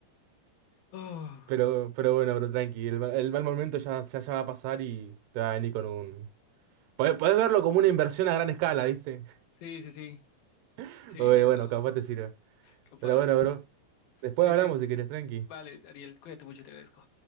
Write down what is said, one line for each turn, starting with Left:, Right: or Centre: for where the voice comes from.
Left: Oh,
Right: Pero, pero bueno, pero tranqui, el, ma- el mal momento ya, ya, ya va a pasar y te va a venir con un... Podés, podés verlo como una inversión a gran escala, ¿viste?
Left: sí, sí, sí,
Right: <laughs>
Left: sí,
Right: Oye, Bueno,
Left: no,
Right: capaz te sirva.
Left: capaz.
Right: Pero bueno, bro. Después
Left: Te,
Right: hablamos
Left: te,
Right: si querés, tranqui.
Left: vale, Ariel, cuídate mucho, te agradezco.